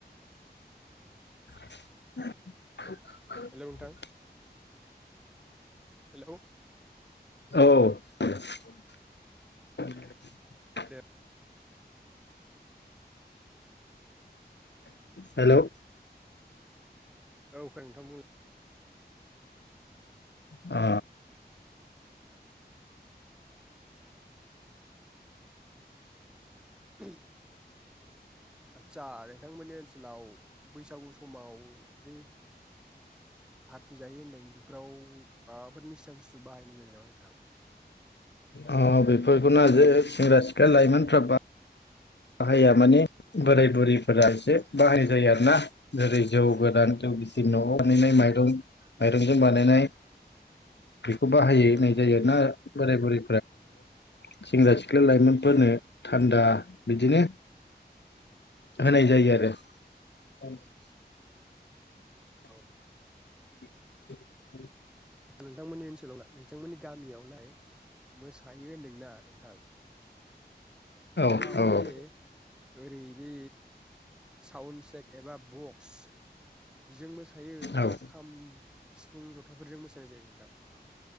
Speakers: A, on the left (about 85°); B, in the centre.
A: <unintelligible> <unintelligible>
B: हेल' नोंथां हेलौ
A: औ। <unintelligible>
B: दे
A: <inaudible> हेलौ
B: औ <unintelligible>
A: अ।
B: <unintelligible> आदसा नोंथांमोननि ओनसोलाव बैसागु समाव जे फार्टि जायो होनदों बेफोराव माबाफोर निसा बुस्थु बाहायनाय जायो नामा नोंथां?
A: ओ बेफोरखौ <unintelligible> सेंग्रा सिख्ला लाइमोनफ्रा बा हाया माने बोराय बुरैफोरा एसे बाहाय जायो आरोना जेरै जौ गोरान जौ
B: औ
A: गिसि न'आव बानायनाय माइरं माइरंजों बानायनाय बेखौ बाहायहोनाय
B: औ
A: जायो
B: औ
A: ना बोराय बुरै <unintelligible> सेंग्रा सिख्ला लाइमोनफोरनो थान्दा बिदिनो होनाय जायो आरो। <inaudible>
B: औ।
A: <inaudible>
B: नोंथांमोननि ओनसोलाव नोंथांमोननि गामियावलाय मोसायो होनदों ना नोंथां
A: औ
B: बेयाव
A: औ
B: जे ओरै बि साउण्ड सेक एबा बक्स बिजों मोसायो ना
A: औ
B: खाम सिफुं ज'थाफोरजों मोसानाय जायो नोंथां।